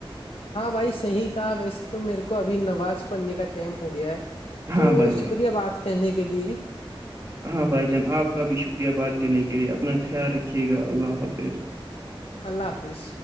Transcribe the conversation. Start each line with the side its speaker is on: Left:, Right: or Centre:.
Left: ہاں بھائی صحیح کہا ویسے تو میرے کو ابھی نواز پڑھنے کا ٹائم ہو گیا ہے تو
Right: ہاں بھائی جان
Left: سکریہ بات کرنے کے لیے
Right: ہاں بھائی جان آپ کا بھی شکریہ بات کرنے کے لیے اپنا خیال رکھیے گا اللہ حافظ
Left: اللہ حافظ